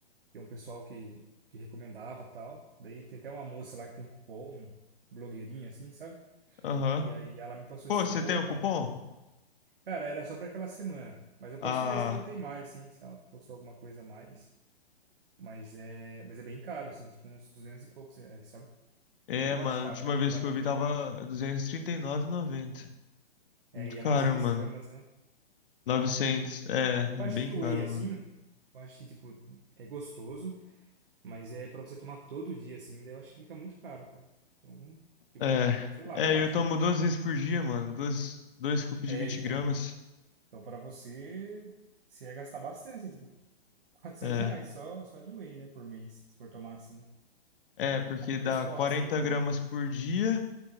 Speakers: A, on the right; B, on the left.
A: tem um pessoal que, que recomendava tal. Daí tem até uma moça lá que tem cupom, blogueirinha, assim, sabe?
B: aham.
A: E aí ela me passou
B: Pô,
A: esse cupom,
B: você tem o
A: cara.
B: cupom?
A: Cara, era só pra aquela semana. Mas eu
B: Ah,
A: posso ver se ela tem mais, assim, se ela postou alguma coisa a mais. Mas é, mas é bem caro, assim, tipo uns 200 e poucos reais, sabe?
B: é,
A: E eu
B: mano.
A: acho caro,
B: A última
A: né? Pra
B: vez que
A: mim
B: eu vi
A: foi
B: tava
A: caro.
B: duzentos e e trinta e nove e noventa.
A: É,
B: Muito
A: e
B: caro,
A: é 900
B: mano.
A: gramas, né?
B: 900. É,
A: Eu
B: é
A: acho
B: bem
A: que
B: caro,
A: o whey, assim,
B: mano.
A: eu acho que, tipo, é gostoso, mas é pra você tomar todo dia, assim, daí eu acho que fica muito caro, cara. Então, tipo,
B: É,
A: sei lá, eu
B: é,
A: acho,
B: eu tomo
A: né?
B: duas vezes por dia, mano. Duas, dois scoops
A: É,
B: de 20
A: então,
B: gramas.
A: então pra você, você ia gastar bastante, tipo, 400
B: É,
A: reais só, só de whey, né, por mês, se for tomar, assim.
B: é,
A: Tem
B: porque
A: que tomar dois
B: dá
A: potes
B: 40
A: por vez,
B: gramas
A: né?
B: por dia.